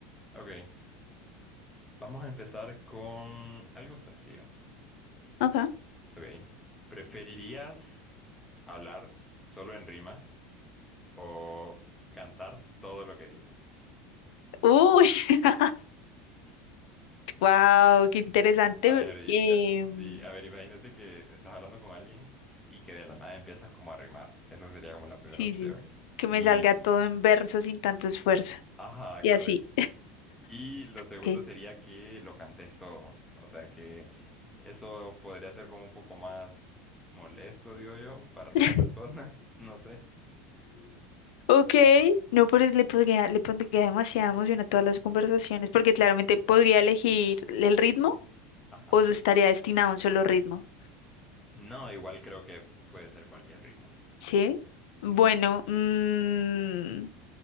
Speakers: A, in the centre; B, on the left.
A: Ok. Vamos a empezar con algo sencillo.
B: Ok.
A: Ok. ¿Preferirías hablar solo en rimas o cantar todo lo que dices?
B: Uy, <laughs> wow, qué interesante.
A: A ver, y-
B: Em,
A: eh, sí, a ver, imagínate que estás hablando con alguien y que de la nada empiezas como a rimar. Esa sería como la primera
B: Sí,
A: opción.
B: sí. Que
A: Y,
B: me salga todo en verso sin tanto esfuerzo.
A: ajá,
B: Y
A: correcto.
B: así.
A: Y lo segundo
B: Ok.
A: sería que lo cantes todo. O sea que eso podría ser como un poco más molesto, digo yo, para algunas
B: <laughs>
A: personas. <laughs> No sé.
B: Ok. No, pero le podría, le pondría demasiada emoción a todas las conversaciones, porque claramente podría elegir el ritmo
A: Ajá.
B: o estaría destinado a un solo ritmo.
A: No, igual creo que puede ser cualquier ritmo.
B: ¿Sí? Bueno,
A: Sí.
B: mm,